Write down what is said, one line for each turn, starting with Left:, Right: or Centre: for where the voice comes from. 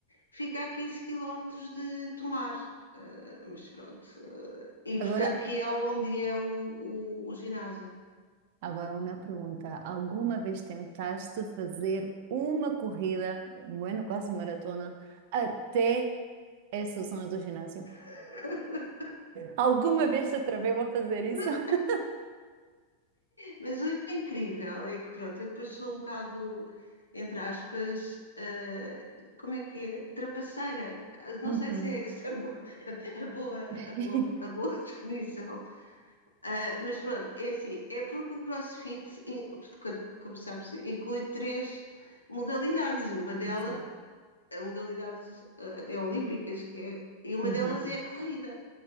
Left: fica a 15 quilómetros de Tomar. Eh, mas pronto, eh, e portanto
Right: Agora,
Left: que é onde é o, o, o ginásio.
Right: agora uma pergunta. Alguma vez tentaste fazer uma corrida, bueno, quase maratona, até essa zona do ginásio?
Left: <laughs>
Right: Alguma vez te atreveu a fazer isso?
Left: mas,
Right: <laughs>
Left: mas o incrível é que pronto, eu depois sou um bocado, entre aspas, eh, como é que é? Trapaceira. Não
Right: Uhum.
Left: sei se é essa a boa, <laughs> a boa,
Right: <laughs>
Left: a boa, a boa definição. Ah, mas pronto, é assim, é porque o CrossFit, como sabes, inclui três modalidades, e uma delas,
Right: Sim.
Left: a modalidades ah, até olímpicas, que é, e uma
Right: Uhum.
Left: delas é a corrida.